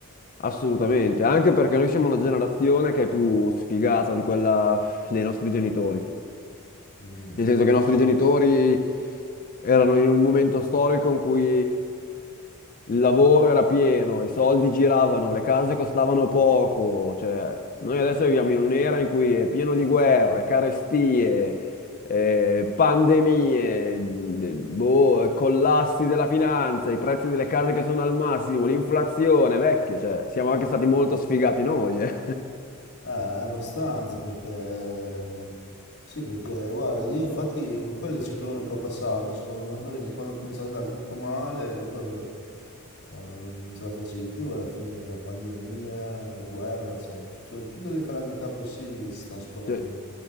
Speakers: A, on the left; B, on the left.
A: assolutamente, anche perché noi siamo una generazione che è più sfigata di quella dei nostri genitori.
B: Mm.
A: Nel senso che i nostri genitori erano in un momento storico in cui il lavoro era pieno, i soldi giravano, le case costavano poco. Cioè, noi adesso viviamo in un'era in cui è pieno di guerre, carestie, eh, pandemie, de- boh, collassi della finanza, i prezzi delle case che sono al massimo, l'inflazione, vecchie. Cioè, siamo anche stati molto sfigati noi, eh.
B: Eh, abbastanza perché... Sì, perché guarda, io infatti quello è il ciclone che ho passato, secondo me, <laughs> perché quando ho cominciato ad andare tutto male, dopo se- Cioè, non non ce la facevi più alla fine, la pandemia, la guerra, cioè, tu- cioè, tutte le calamità possibili si stanno
A: <laughs>
B: sparando.
A: Sì.